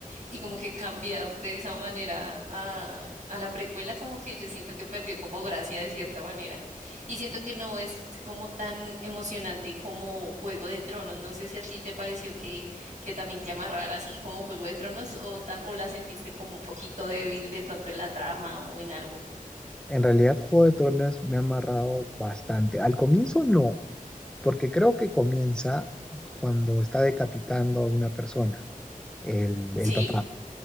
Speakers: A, on the right; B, in the centre.
A: y como que cambiar de esa manera a, a la precuela, como que yo siento que perdió como gracia de cierta manera y siento que no es como tan emocionante como Juego de Tronos. No sé si a ti te pareció que, que también te amarrara así como Juego de Tronos o, tam- o la sentiste como un poquito débil de pronto en la trama o en algo.
B: En realidad, Juego de Tronos me ha amarrado bastante. Al comienzo no, porque creo que comienza cuando está decapitando a una persona, el,
A: Sí,
B: el papá.